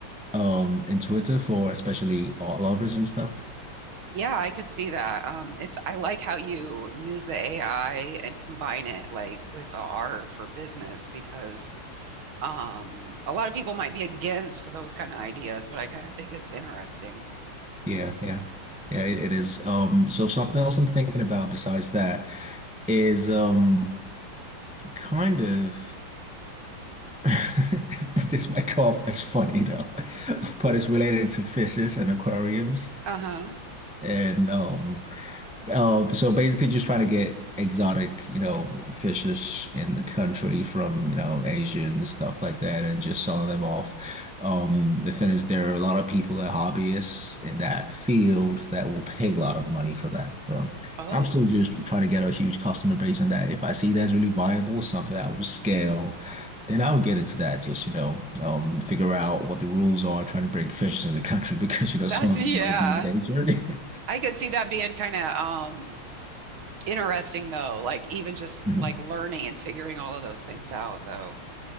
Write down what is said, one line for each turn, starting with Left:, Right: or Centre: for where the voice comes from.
Centre: um intuitive for especially art lovers and stuff.
Right: Yeah, I could see that. Um, it's I like how you use the AI and combine it like with a art for business because um, a lot of people might be against those kind of ideas, but I kind of think it's interesting.
Centre: Yeah, yeah. Yeah, it, it is. Um, so something else I'm thinking about besides that is um kind of <laughs> this might come off as funny though, <laughs> but it's related to fishes and aquariums.
Right: Uh-huh.
Centre: And um Uh, so basically just trying to get exotic, you know, fishes in the country from, you know, Asia and stuff like that and just selling them off. Um, the thing is there are a lot of people that are hobbyists in that field that will pay a lot of money for that. So
Right: Oh,
Centre: I'm still just trying to get a huge customer base on that. If I see that's really viable, something that will scale, then I would get into that. Just, you know, um, figure out what the rules are trying to bring fishes in the country <laughs> because, you know,
Right: that's
Centre: some of
Right: yeah.
Centre: them might be endangered.
Right: I could see that being kind of um interesting though, like even just
Centre: <laughs>
Right: like learning and figuring all of those things out though.